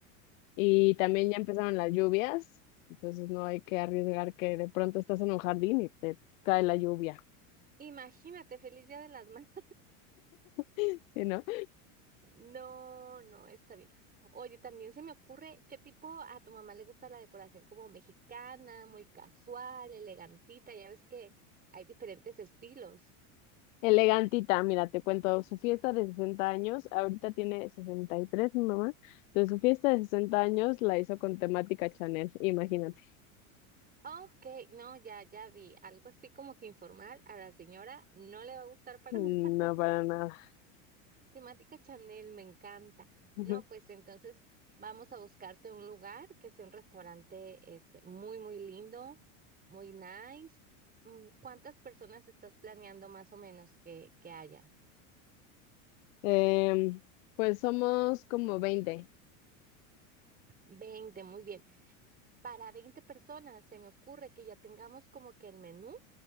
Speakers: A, on the left (about 75°); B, on the right (about 20°).
A: Y también
B: I-
A: ya empezaron las lluvias, entonces no hay que arriesgar que de pronto estás en un jardín y te cae la lluvia,
B: Imagínate, feliz Día de las Madres.
A: <laughs> ¿sí, no?
B: No, no, está bien. Oye, también se me ocurre qué tipo a tu mamá le gusta la decoración como mexicana, muy casual, elegantita, ya ves que hay diferentes estilos.
A: Elegantita, mira, te cuento, su fiesta de 60 años, ahorita tiene 63 mi mamá, entonces su fiesta de 60 años la hizo con temática Chanel, imagínate,
B: Ok, no, ya, ya vi, algo así como que informal a la señora no le va a gustar para
A: Mm,
B: <laughs>
A: no para nada.
B: Temática Chanel, me encanta.
A: <laughs>
B: No, pues entonces vamos a buscarte un lugar que sea un restaurante este, muy, muy lindo, muy nice. Mm, ¿Cuántas personas estás planeando más o menos que, que haya?
A: Em, pues somos como 20.
B: Veinte, muy bien. Para veinte personas se me ocurre que ya tengamos como que el menú